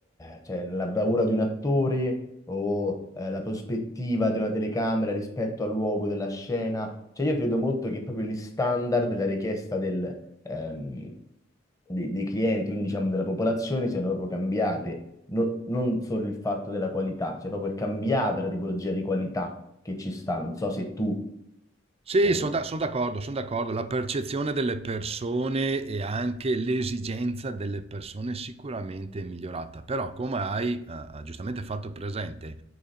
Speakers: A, on the left; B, on the right.
A: eh, cioè la bravura di un attore o eh, la prospettiva di una telecamera rispetto al luogo della scena. Cioè io credo molto che proprio gli standard della richiesta del, ehm, dei, dei clienti, quindi diciamo della popolazione, siano proprio cambiate. No- non solo il fatto della qualità, cioè proprio è cambiata la tipologia di qualità che ci sta. Non so se tu
B: Sì,
A: eh,
B: sono d'accordo, sono d'accordo. La percezione delle persone e anche l'esigenza delle persone sicuramente è migliorata, però come hai eh, eh, giustamente fatto presente,